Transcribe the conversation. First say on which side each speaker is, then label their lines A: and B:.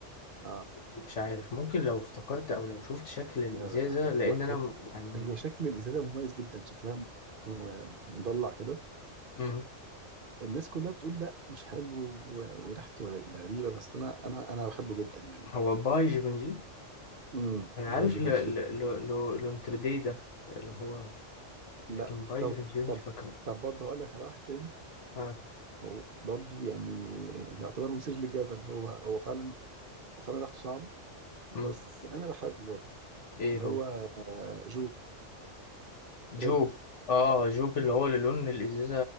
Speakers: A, on the right; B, on the left.
A: اه
B: مش عارف ممكن لو افتكرت أو لو شفت شكل الإزازة
A: آه، هو
B: لأن
A: هو-
B: أنا م- يعني ما-
A: هي شكل الازازه مميز جدا شكلها م- مضلع كده
B: مم.
A: الناس كلها بتقول لا مش حلو و- وريحته غ- غريبه بس انا انا انا بحبه جدا يعني
B: هو باي جيفونجي
A: امم
B: أنا
A: باي
B: عارف
A: جيفنجي
B: ل ل ل ل لونتردي ده اللي هو لكن
A: لا
B: باي
A: طب
B: جيفونجي مش
A: طب
B: فاكره
A: طب برضه هقول لك على واحد تاني
B: آه.
A: هو برضه يعني يعتبر مثير للجدل هو هو فعلا هو فعلا ريحته صعبه بس
B: مم.
A: انا بحبه برضه
B: ايه
A: اللي
B: هو
A: هو آه، جوب
B: جو
A: ريد
B: اه جوب اللي هو اللي لون الازازه